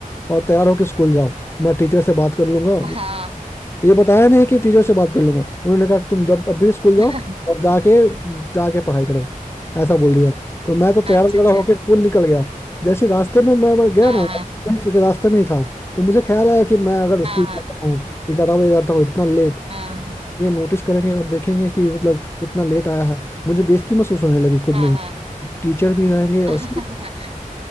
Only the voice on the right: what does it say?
हाँ
<laughs>
अच्छा
अच्छा
हाँ
हाँ
हाँ
हाँ
हाँ
हाँ हाँ
<laughs>